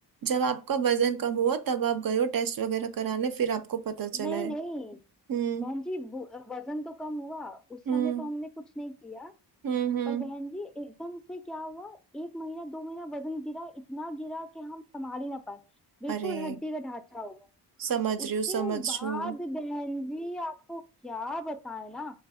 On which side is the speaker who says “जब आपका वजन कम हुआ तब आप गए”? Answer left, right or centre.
Right